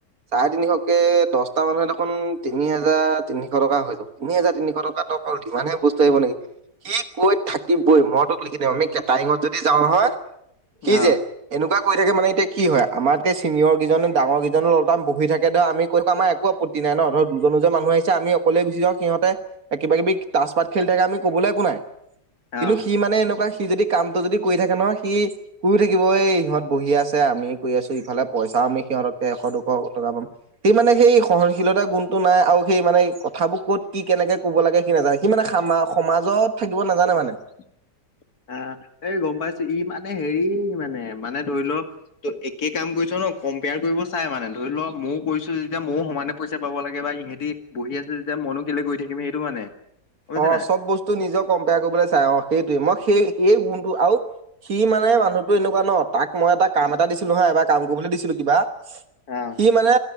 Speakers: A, on the right; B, on the left.
A: চাৰে তিনিশকে দহটা মানুহে দেখোন তিনি হাজাৰ তিনিশ টকা হৈ যাব তিনি হোজাৰ তিনিশ টকা ইমান হে বস্তু আহিব নেকি সি কৈ থাকিবই। মই তোক লিখি দিম আমি কেটাৰিঙত যদি যাওঁ নহয়, সি
B: অ
A: যে এনেকুৱা কৰি থাকে মানে এতিয়া কি হয়। আমাতকে চিনিয়ৰ কিজনে ডাঙৰ কেইজনে লতাম বহি থাকে ধৰা আমি কৈ পাম আ একো আপত্তি নাই ন ধৰ দুজনো যে মানুহ আহি আমি অকলে গুচি যাও সিহতে কিব কিবি তাচ পাত খেলি থাকে আমি ক'বলৈ একো নাই।
B: অ
A: কিন্তু সি মানে এনেকুৱা সি যদি কামতটো যদি কৰি থাকে নহয়, সি শুই থাকিব। ই ইহঁত বহি আছে আমি কৰি আছো ইফালে পইচা আমি সিহঁতকে এশ দুশ টকা পাম সি মানে সেই সহনশীলতা গুমটো নাই আও সেই মানে কথাবোৰ ক'ত কি কেনেকে কব লাগে কি নাজানে, সি খামা সমাজত থাকিব নাজানে মানে।
B: <inaudible> আহ এই গম পাইছো ই মানে হেৰি মানে মানে ধৰি লও ত একে কাম কৰিছ ন কম্পেয়াৰ কৰিব চাই মানে, ধৰি লও ময়ো কৰিছো যেতিয়া ময়ো সমানে পইচা পাব লাগে বা ইহতি বহি আছে। যেতিয়া মনো কেলে কৰি থাকিম সেইটো মানে। গম পাইছ
A: অ
B: নাই
A: চব বস্তু নিজেও কম্পেয়াৰ কৰিবলৈ চাই অ সেইটোৱে মই সেই এই মোনটো আও সি মানে মানুহটো এনেকুৱা ন তাক মই এটা কাম এটা দিছিলো হা এবাৰ কাম কৰিবলৈ দিছিলো কিবা
B: অ
A: সি মানে